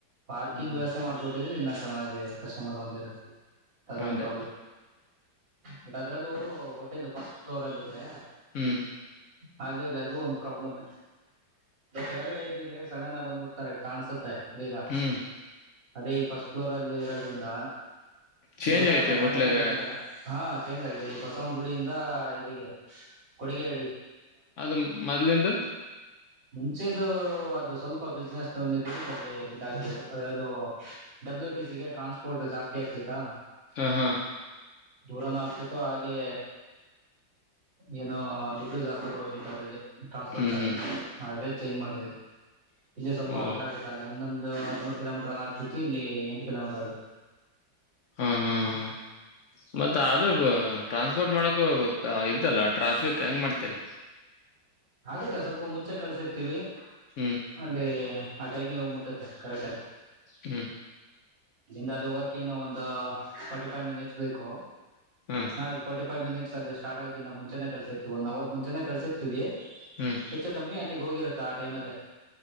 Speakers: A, on the right; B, on the left.
A: ಪಾರ್ಕಿಂಗ್
B: ಹ್ಮ್
A: ವ್ಯವಸ್ಥೆ ಮಾಡ್ಕೊ ್ರಿ ಇನ್ನ ಸ ಹಾಗೆ ಕಸ್ಟಮರ್ ಒಂದ ದ ಒಂದು
B: ಅದೇ
A: ಪ್ರಾಬ್ಲ್ ಬಟ್ ಅದ್ರಲ್ಲೂ ಹೋಟೆಲ್ ಫಸ್ಟ್ ಫ್ಲೋರ್ ಅಲ್ಲಿ ಇದೆ
B: ಹ್ಮ್
A: ಹಾಗಾಗಿ ಅದು ಒಂದು ಪ್ರಾಬ್ಲಮ್ ಕೆಳಗಡೆ ಿದ್ರೆ ಸಡನ್ ಬಂದ್ಬಿಡ್ತಾರೆ ಕಾಣಸುತ್ತೆ ಬೇಗ
B: ಹ್ಮ್
A: ಅದೇ ಈ ಫಸ್ಟ್ ಫ್ಲೋರ್ ಅಲ್ಲಿ ಇರೋದ್ರಿಂದ
B: ಚೇಂಜ್
A: ಗೊತ್ತಾಗಲ್ಲ
B: ಆಗೈತೆ ಹೋಟ್ಲಾಗ
A: ಸಟನ್ ಗೊತ್ತಾಗಲ್ಲ ಹಾ ಚೇಂಜ್ ಆಗಿದೆ ಬಸವನಗುಡಿಯಿಂದ ಇಲ್ಲಿಗೆ ಕೊಡುಗೆಹಳ್ಳಿ
B: ಅದು ಮೊದ್ಲಿಂದು
A: ಮುಂಚೆದುು ಅದು ಸ್ವಲ್ಪ ಬಿಸ್ನೆಸ್ ಇದ ಅಲ್ಲಿ ಬಿಡ್ ಹಾಕಿದ ಅದಂದು ಡಬ್ಲ್ಯೂ ಟ ಸಿಗೆ ಟ್ರಾನ್ಸ್ಪೋರ್ಟ್ ಜಾಸ್ತಿ ಆಗ್ತಿತ್ತಾ
B: ಹಾ ಹಾ
A: ದೂರನ ಆಗ್ತಿತ್ತು ಹಾಗೆ ಏನೋ ದುಡ್ಡು ಜಾಸ್ತಿ ಕೊಡ ಹೋಗಿತ್ತು ಅವ್ರಿಗೆ ಟ್ರಾನ್ಸ್ಪೋರ್ಟ್
B: ಹ್ಮ್
A: ಚಾರ್ಜ್
B: ಹ್ಮ್
A: ಹಾಗೆ ಚೇಂಜ್ ಮಾಡಿದ್ರು ಇಲ್ಲಿ ಸ್ವಲ್ಪ
B: ಓ
A: ಹತ್ರರ ಆಗುತ್ತ ಅಲ್ಲಿ ಹನ್ನೊಂದು ಹದೂರು ಕಿಲೋಮೀಟರ್ ನ್ ಆಗ್ತಿತ್ತು ಇಲ್ಲಿ ಎಂಟ ಕಿಲೋಮೀಟರ್ ಆಗತ್ತು
B: ಹಾ ಹಾ ಹಾ ಮತ್ತ ಆದ್ರ ಟ್ರಾನ್ಸ್ಪೋರ್ಟ್ ಮಾಡಕ ಇದ್ದಲ್ಲ ಟ್ರಾಫಿಕ್ ಹೆಂಗ್ ಮಾಡ್ತೀರಿ
A: ಆಗತ್ತೆ ಸ್ವಲ್ಪ ಮುಂಚೆ ಕಳ್ಸಿರ್ತೀವಿ
B: ಹ್ಮ್
A: ಅಲ್ಲಿೇ ಆಟೈಮ್ ಎವ್ ಮಟ ತಖರತ
B: ಹ್ಮ್
A: ಇಲ್ಲಿಂದ ಅಲ್ಲಿ ಹೋಗಕ ಏನು ಒಂದು ಫಾರ್ಟಿ ಫೈವ್ ಮಿನಿಟ್ಸ್ ಬೇಕು
B: ಹ್ಮ್
A: ನ ಫೋರ್ಟಿಫೈ್ ಮಿನಿಟ್ ಲ್ಲಿ ಸ್ಟಾರ್ಟ್ ಆಗ ಮುಂಚೆ ಕಳಸರ್ತಿವಿ ಒನ್ ಅವರ್ ಮುಚೆ ಕಳಸರ್ತತಿವಿ
B: ಹ್ಮ್
A: ಹೆ ಕಮ್ಮ ಅಲ್ಲಿ ಹೋಗಿರತ್ತಾ ಆ ಟೈಮ್ ಅಲ್ಲೇ